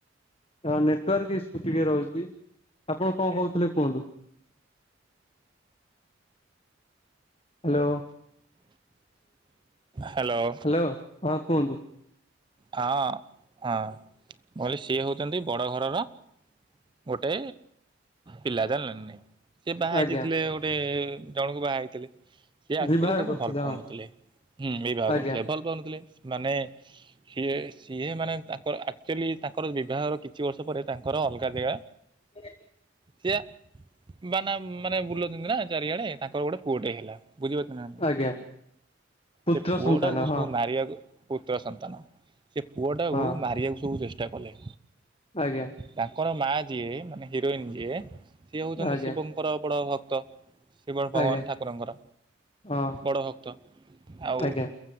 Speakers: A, on the left; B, on the right.
A: ହଁ ନେଟୱାର୍କ ଇସ୍ୟୁ ଟିକେ ରହୁଛି ଆପଣ କଣ କହୁଥିଲେ କୁହନ୍ତୁ ହ୍ୟାଲୋ
B: ହ୍ୟାଲୋ
A: ହ୍ୟାଲୋ ହଁ କୁହନ୍ତୁ
B: ହଁ ହଁ କହିଲ ସିଏ ହେଉଛନ୍ତି ବଡ଼ ଘରର ଗୋଟେ ପିଲା ଜାଣିଲି ସେ ବାହା
A: ଆଜ୍ଞା
B: ହେଇଯାଇଥିଲେ ଗୋଟେ ଜଣକୁ ବାହା ହେଇଥିଲେ ସେ ଆକ୍ଚୁଆଲି
A: ବିବାହ
B: ତାକୁ
A: କରୁଥିଲେ
B: ଭଲ ପାଉନଥିଲେୁଁ
A: ହଁ
B: ବିବାହ
A: ଆଜ୍ଞା
B: କରୁଥିଲେ ଭଲ ପାଉନଥିଲେ ମାନେ ସିଏ ସିଏ ମାନେ ତାଙ୍କର ଆକ୍ଚୁଆଲି ତାଙ୍କର ବିବାହର କିଛି ବର୍ଷ ପରେ ତାଙ୍କର ଅଲଗା ଜାଗା
A: ସେ
B: ସେଆ ବାନା ମାନେ ବୁଲଛନ୍ତି ନା ଚାରିଆଡେ ତାଙ୍କର ଗୋଟେ ପୁଅଟେ ହେଲା ବୁଝିପାରୁ ନା
A: ଆଜ୍ଞା ପୁତ୍ର
B: ସେ ପୁଅଟାକୁ
A: ସନ୍ତାନ ହଁ
B: ସବୁ ମାରିବାକୁ ପୁତ୍ର ସନ୍ତାନ ସେ ପୁଅ ଟାକୁ
A: ହଁ
B: ମାରିବାକୁ ସବୁ ଚେଷ୍ଟା କଲେ
A: ଆଜ୍ଞା।
B: ତାଙ୍କର ମା ଯିଏ ମାନେ ହିରୋଇନ ଯିଏ ସିଏ ହଉଛନ୍ତି
A: ଆଜ୍ଞା
B: ଶିବଙ୍କର ବଡ ଭକ୍ତ। ଶିବ ଭଗବାନ
A: ଆଜ୍ଞା
B: ଠାକୁରଙ୍କର
A: ହଁ
B: ବଡ଼ ଭକ୍ତ ଆଉ
A: ଆଜ୍ଞା